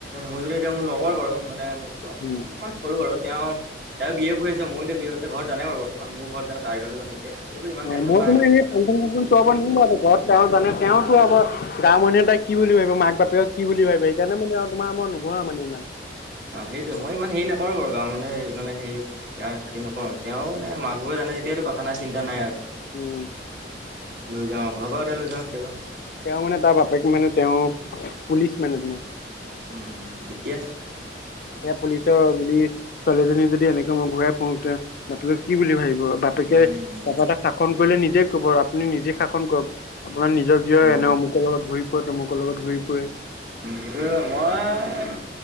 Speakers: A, on the right (about 70°); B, on the left (about 50°).
A: মই যদি এতিয়া মোৰ লগৰ বাৰু, মানে মো
B: উম'।
A: অকমান সৰুো বাৰু, তেওঁ বি এ পঢ়ি আছে, মইও এতিয়া বি এ, ঘৰত জানে বাৰু বৰ্তমান, মোৰ ঘৰত জানে। তাই ঘৰটো জানে এতিয়া, এইবোৰ ইমান
B: অ
A: টেনচন
B: মই
A: নাই।
B: <unintelligible> ঘৰত তেওঁ জানে, তেওঁ কি হ'ব, গাঁও মানুহে তাইক কি বুলি ভাবিব, মাক বাপেক। কি বুলি ভাবিব, সেইকাৰণে মানে আৰু তোমাৰ মই নুঘোৰাও মানে ইমান।
A: অ' সেইটোৱে মই ইমান হেৰি নকৰো বাৰু, গাঁৱৰ মানুহে ইমান খাতি নকৰো। তেওঁ মানে মাক- বাপেকে জানে যেতিয়া সেইটো চিন্তা নাই আৰু,
B: উম
A: লৈ যাওঁ, ঘৰ পা উঠাই লৈ যাওঁ কেতিয়াবা।
B: তেওঁ মানে, তাৰ বাপেক মানে তেওঁ পুলিচ মানে তোমাৰ।
A: উম' ঠিকে আছে।
B: এয়া পুলিচৰ যদি ছোৱালীজনী যদি এনেকে মূৰ ঘূৰাই পৰোতে, বাপেকে কি বুলি ভাবিব। বাপেকে
A: উম
B: তাপা তাক শাসন কৰিলে, নিজে ক'ব আপুনি নিজে শাসন কৰক, আপোনাৰ নিজৰ জীয়েও
A: উম
B: এনেও অমুকৰ লগত ঘূৰি ফৰে, তমুকৰ লগত ঘূৰি ফুৰে।
A: সেইটোৱে মই